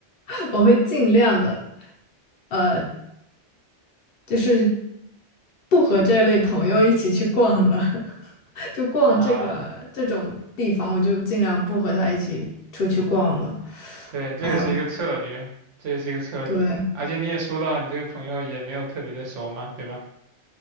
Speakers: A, on the left; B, on the right.
A: <laughs> 我会尽量的，呃，就是不和这类朋友一起去逛了，<laughs> 就逛这个这种地方，
B: 啊。
A: 我就尽量不和他一起出去逛了。
B: 对，这也是一个策略，
A: 哎，呦，
B: 这也是一个策略。
A: 对。
B: 而且你也说到，你这个朋友也没有特别的熟嘛，对吧？